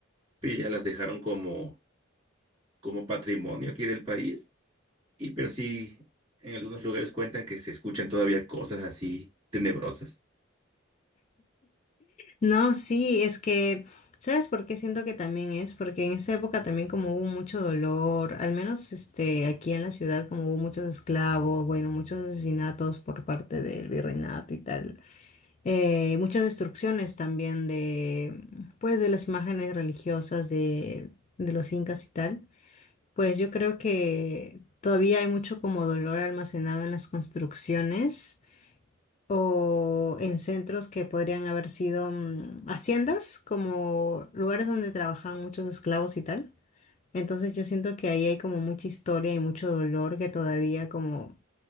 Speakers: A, on the right; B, on the left.
A: pero ya las dejaron como, como patrimonio aquí del país. Y pero sí, en algunos lugares cuentan que se escuchan todavía cosas así tenebrosas.
B: No, sí, es que, ¿sabes por qué siento que también es? Porque en esa época también como hubo mucho dolor, al menos este, aquí en la ciudad como hubo muchos esclavos, bueno, muchos asesinatos por parte del virreinato y tal, eh, muchas destrucciones también de, pues, de las imágenes religiosas de, de los incas y tal, pues yo creo que todavía hay mucho como dolor almacenado en las construcciones o en centros que podrían haber sido mm, haciendas, como lugares donde trabajaban muchos esclavos y tal. Entonces yo siento que ahí hay como mucha historia y mucho dolor que todavía como